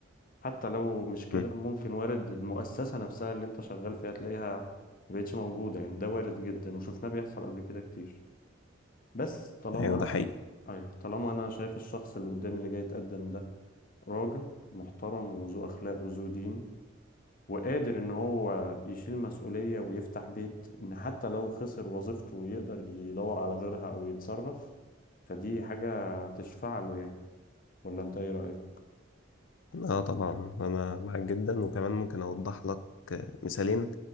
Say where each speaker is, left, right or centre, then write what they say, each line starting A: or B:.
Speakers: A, on the left; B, on the left.
A: حتى لو مش كده
B: مم.
A: ممكن وارد المؤسسة نفسها اللي انت شغال فيها تلاقيها مبقتش موجودة يعني ده وارد جدا وشفناه بيحصل قبل كده كتير بس طالما
B: ايوه ده حقيقي
A: ايوه طالما انا شايف الشخص اللي قدامي اللي جاي يتقدم ده راجل محترم وذو اخلاق وذو دين وقادر ان هو يشيل مسؤولية ويفتح بيت ان حتى لو خسر وظيفته يقدر يدور على غيرها او يتصرف فدي حاجة تشفع له يعني ولا انت ايه رأيك؟
B: اه طبعا انا معاك جدا وكمان ممكن اوضح لك آه، مثالين